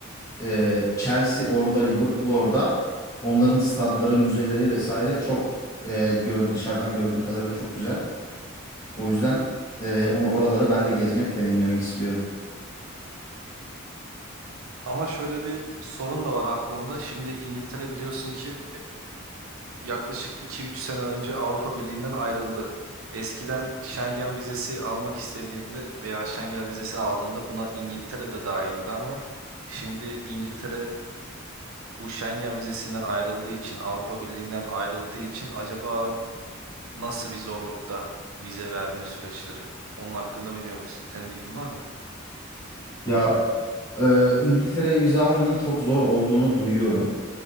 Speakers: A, on the left; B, on the right.
A: Eee, Chelsea orada, Liverpool orada. Onların stadları, müzeleri vesaire çok eee gör- dışarıdan gördüğüm kadarıyla çok güzel. O yüzden eee, o- oraları ben de gezmek, deneyimlemek istiyorum.
B: Ama şöyle bir sorun da var aklımda. Şimdi İngiltere biliyorsun ki yaklaşık iki üç sene önce Avrupa Birliği'nden ayrıldı. Eskiden Schengen vizesi almak istediğinde veya Schengen vizesi aldığında buna İngiltere de dahildi ama şimdi İngiltere bu Schengen vizesinden ayrıldığı için, Avrupa Birliği'nden ayrıldığı için acaba nasıl bir zorlukta vize verme süreçleri? Onun hakkında bilmiyorum. Senin bilgin var mı?
A: Ya e, İngiltere'ye vize almanın çok zor olduğunu duyuyorum.